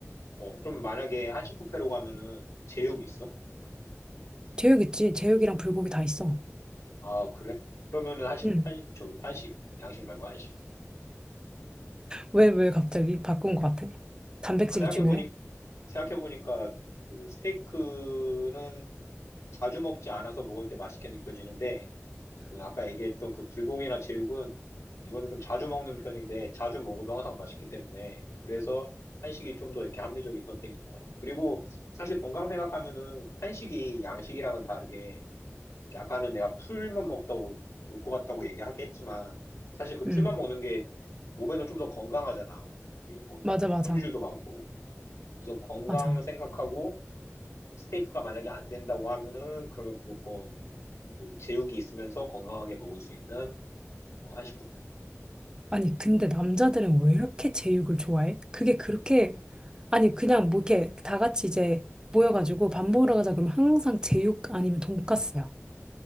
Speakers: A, on the left; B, on the right.
A: 어, 그럼 만약에 한식 뷔페로 가면은 그 제육이 있어?
B: 제육 있지? 제육이랑 불고기 다 있어.
A: 아, 그래? 그러면은 한식
B: 음,
A: 한 저기 한식 양식 말고 한식.
B: 왜, 왜 갑자기 바꾼 것 같아? 단백질이
A: 아, 생각해보니,
B: 중요해?
A: 생각해보니까, 그, 스테이크는 자주 먹지 않아서 먹을 때 맛있게 느껴지는데, 그 아까 얘기했던 그 불고기나 제육은, 이거는 좀 자주 먹는 편인데, 자주 먹어도 항상 맛있기 때문에, 그래서 한식이 좀 더 이렇게 합리적인 선택인 것 같아. 그리고, 사실 건강 생각하면은, 한식이 양식이랑은 다르게, 아까는 내가 풀만 먹다 올 것 같다고 얘기하긴 했지만, 사실 그
B: 음,
A: 풀만 먹는 게 몸에는 좀 더 건강하잖아. 거기 뭐,
B: 맞아,
A: 그
B: 맞아,
A: 섬유질도 많고, 그래서 건강
B: 맞아.
A: 생각하고 스테이크가 만약에 안 된다고 하면은 그러면 무조건 그 제육이 있으면서 건강하게 먹을 수 있는 어, 한식 뷔페.
B: 아니, 근데 남자들은 왜 이렇게 제육을 좋아해? 그게 그렇게, 아니, 그냥 뭐 이렇게 다 같이 이제 모여가지고 밥 먹으러 가자 그러면 항상 제육 아니면 돈까스야.